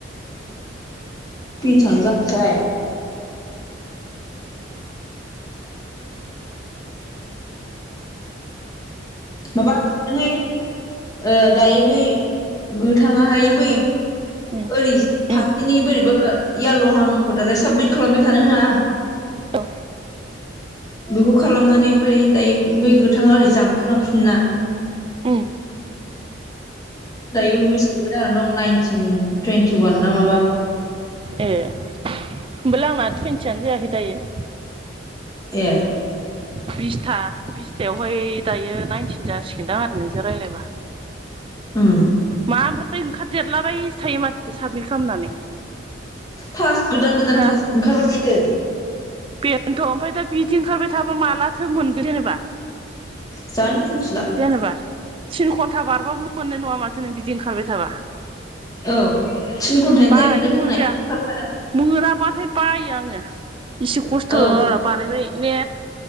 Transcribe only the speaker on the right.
उम उम
उम
औ
ओम
ए होमबालाय आंना टुइन्टियानो जायाखै दायो।
बिसथा बिसथायावहाय दायो नाइनटिन जासिगोनदां आरो नोंजों रायलायबा।
मा ओमफ्राय ओंखारदेरलाबायसो थायो माथो साबमिट खालामनानै।
हो
बेनोथ' ओमफ्राय दा बिदि ओंखारबाय थाबा मालाथो मोनगोन जेनेबा।
जेनोबा थिन घन्टा बारबाबो मोननाय नङा माथो नों बिदि ओंखारबाय थाबा।
बानायसो
मोनबाय
आं मोनाबाथाय बायो आङो इसे खस्थ'ल'
बानायलाय ने।